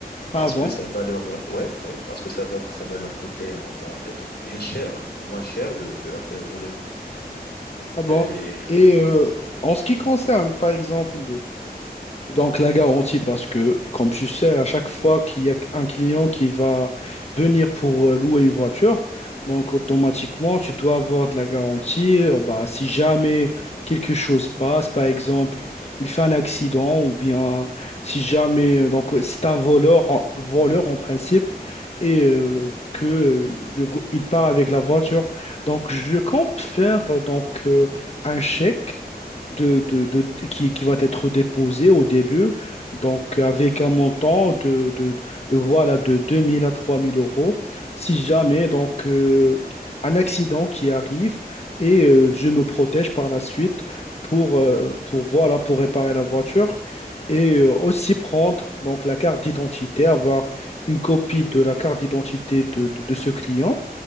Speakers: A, on the left (about 40°); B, on the left (about 80°).
A: Ah
B: Parce
A: bon,
B: que ça va leur, euh, ouais, ouais, parce que ça va, ça va leur coûter, euh, en fait, bien cher, moins cher de, de la faire rouler.
A: ah bon.
B: Et
A: Et
B: euh, ça-
A: euh, en ce qui concerne, par exemple, Donc, la garantie, parce que, comme tu sais, à chaque fois qu'il y a un client qui va venir pour euh, louer une voiture, donc automatiquement, tu dois avoir de la garantie. euh, Bah, si jamais quelque chose passe, par exemple, il fait un accident, ou bien si jamais, euh, donc c'est un voleur, en- voleur en principe, et euh, que euh, il re- il part avec la voiture. Donc, je compte faire euh, donc euh, un chèque de, de- de- qui, qui va être déposé au début, donc avec un montant de, de, de, voilà, de 2 000 à 3 000 euros. Si jamais donc, euh, un accident qui arrive et euh, je me protège par la suite pour, euh, pour, voilà, pour réparer la voiture et euh, aussi prendre donc, la carte d'identité, avoir une copie de la carte d'identité de, de, de ce client.